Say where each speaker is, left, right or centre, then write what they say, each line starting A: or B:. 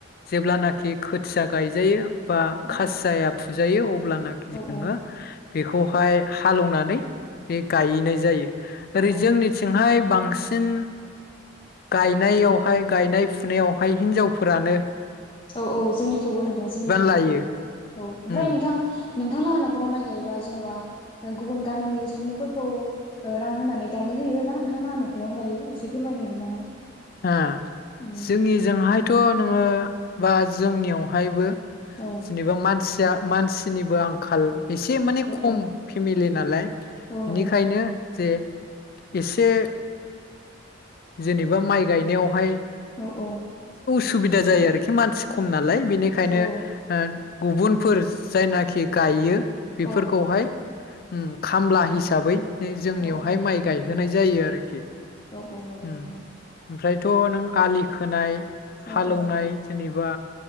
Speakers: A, on the left (about 50°); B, on the left (about 25°).
A: जेब्लानाखि खो फिसा गायजायो। बा
B: औ
A: खासिया या फुजायो अब्लानाखि जोंङो
B: औ
A: बेखौहाय हालौवनानै बे गायैनाय जायो ओरै
B: औ
A: जोंनिथिंहाय बांसिन गायनायाव माय गायनाय फुनायावहाय हिन्जावफोरानो
B: औ औ जोंनिखौबो नोंथां जोंनिथिंबो
A: लायो
B: औ ओमफ्राय
A: उम
B: नोंथां नोंथांलाहा न'खराव माइ गायोब्ला जेनेबा गुबुन गामिनि सुबुंफोरखौ रां होनानै गायनो होयो ना, नोंथांनां न'खरावनो गायो एसे फोरमायनो हागोन नामा?
A: ओं
B: उम
A: जोंनिजोंहाय थ' नोंङो बा जोंनियावहायबो
B: औ
A: जेनेबा मानसिया मानसिनिबो आंखाल। एसे माने
B: औ
A: खम फेमिलि नालाय बेनिखायनो
B: औ नंगौ नोंथां
A: जे। एसे जेनेबा माइ गायनायावहाय
B: औ औ
A: सुबिदा जायो आरो मानसि खम नालाय बिनिखायनो
B: औ
A: ओ गुबुनफोर जायनाखि गायो बेफोरखौहाय
B: औ
A: उम खामला हिसाबै जोंनियावहाय
B: औ औ
A: माइ गायहोनाय जायो आरोखि
B: औ औ नंगौ
A: उम
B: नोंथां
A: ओमफ्रायथ' नों आलि खोनाय
B: औ
A: हालोवनाय
B: औ
A: जेनेबा